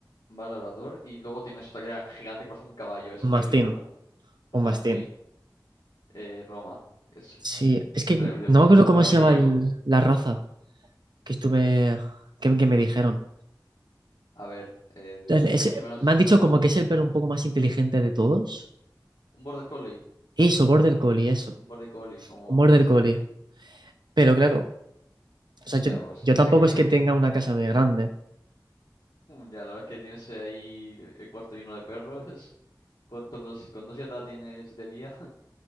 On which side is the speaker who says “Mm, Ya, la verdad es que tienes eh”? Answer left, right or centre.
Left